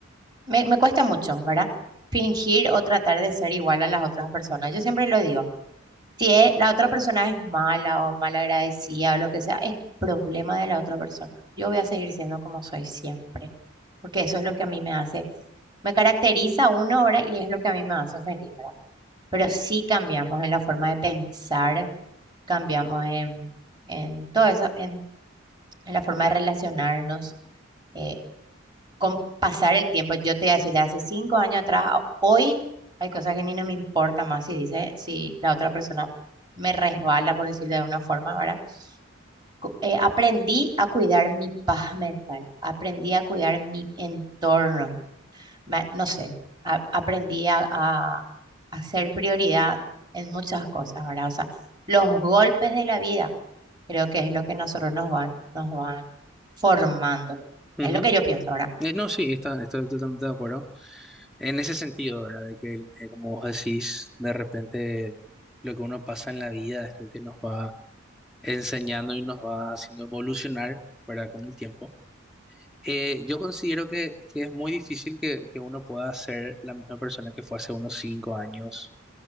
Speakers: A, on the right; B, in the centre.
A: me, me cuesta mucho, ¿verdad? Fingir o tratar de ser igual a las otras personas. Yo siempre lo digo. Si e- la otra persona es mala o malagradecida o lo que sea, es problema de la otra persona. Yo voy a seguir siendo como soy siempre, porque eso es lo que a mí me hace, me caracteriza uno ahora y es lo que a mí me hace feliz, ¿verdad? Pero sí cambiamos en la forma de pensar, cambiamos en, en todo eso, en, en la forma de relacionarnos. eh, con pasar el tiempo, yo te voy a decir, de hace cinco años atrás, a hoy hay cosas que ni no me importa más si dice, si la otra persona me resbala, por decirlo de una forma, ¿verdad? Co- eh, aprendí a cuidar mi paz mental, aprendí a cuidar mi entorno, ma- no sé, a- aprendí a, a hacer prioridad en muchas cosas, ¿verdad? O sea, los golpes de la vida creo que es lo que nosotros nos van, nos van formando.
B: ujú.
A: Es lo que yo pienso, ¿verdad?
B: Eh, No, sí, está, estoy totalmente de acuerdo. En ese sentido, ¿verdad? De que, el- eh, como vos decís, de repente lo que uno pasa en la vida es lo que nos va enseñando y nos va haciendo evolucionar, ¿verdad? Con el tiempo. Eh, yo considero que, que es muy difícil que, que uno pueda ser la misma persona que fue hace unos cinco años,